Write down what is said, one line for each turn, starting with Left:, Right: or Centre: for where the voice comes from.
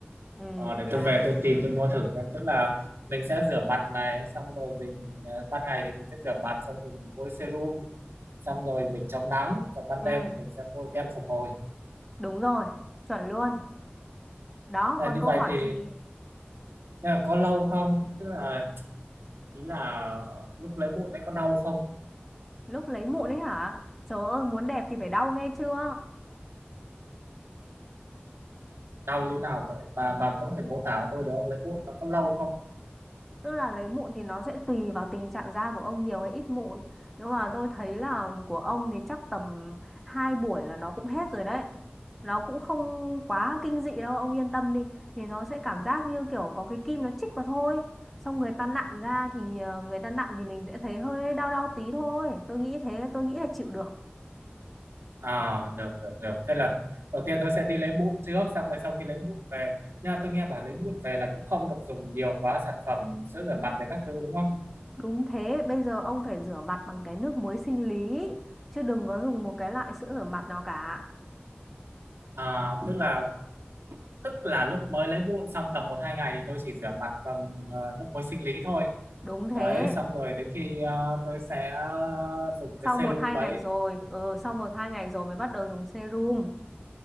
Centre: Ừ,
Right: Ờ, để tôi
Centre: đấy.
Right: về tôi tìm tôi mua thử xem tức là mình sẽ rửa mặt này xong rồi mình ờ, ban ngày thì mình sẽ rửa mặt xong rồi mình bôi serum xong rồi mình chống nắng còn ban
Centre: Ừ,
Right: đêm thì mình sẽ bôi kem phục hồi
Centre: đúng rồi, chuẩn luôn. Đó,
Right: à,
Centre: còn
Right: như
Centre: câu
Right: vậy
Centre: hỏi
Right: thì
Centre: gì
Right: nhưng mà có lâu không tức là ý là lúc lấy bụi đấy có đau không
Centre: lúc lấy mụn ấy hả? Trời ơi, muốn đẹp thì phải đau nghe chưa?
Right: đau như nào vậy bà bà có thể mô tả cho tôi được không lấy bụi nó có lâu không
Centre: Tức là lấy mụn thì nó sẽ tùy vào tình trạng da của ông nhiều hay ít mụn. Nhưng mà tôi thấy là của ông thì chắc tầm 2 buổi là nó cũng hết rồi đấy. Nó cũng không quá kinh dị đâu, ông yên tâm đi. Thì nó sẽ cảm giác như kiểu có cái kim nó chích vào thôi. Xong người ta nặn ra thì ờ, người ta nặn thì mình sẽ thấy hơi đau đau tí thôi. Tôi nghĩ thế, tôi nghĩ là chịu được.
Right: À, được được được. Thế là đầu tiên nó sẽ đi lấy mụn trước, xong rồi sau khi lấy mụn về. Nhưng mà tôi nghe bảo lấy mụn về là cũng không được dùng nhiều quá sản phẩm sữa rửa mặt rồi các thứ đúng không?
Centre: Đúng thế, bây giờ ông phải rửa mặt bằng cái nước muối sinh lý. Chứ đừng có dùng một cái loại sữa rửa mặt nào cả.
Right: À, tức là tức là lúc mới lấy mụn xong tầm một hai ngày thì tôi chỉ rửa mặt bằng ờ, nước muối sinh lý thôi.
Centre: Đúng thế,
Right: Đấy, xong rồi đến khi ờ, tôi sẽ dùng cái
Centre: sau một
Right: serum
Centre: hai
Right: đấy.
Centre: ngày rồi ừ sau một hai ngày rồi mới bắt đầu dùng serum